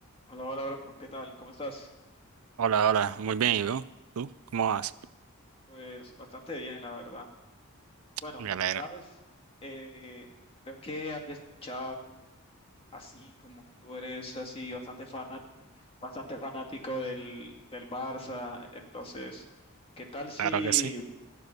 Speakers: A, on the left; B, on the right.
A: Hola, hola, bro. ¿Qué tal? ¿Cómo estás?
B: Hola, hola, muy bien, ¿y tú? ¿Tú? ¿Cómo vas?
A: Pues bastante bien, la verdad. Bueno,
B: Me alegro,
A: sabes, eh, creo que había escuchado así como que tú eres así bastante fanat bastante fanático del, del Barça. Entonces, ¿qué tal si,
B: claro que sí.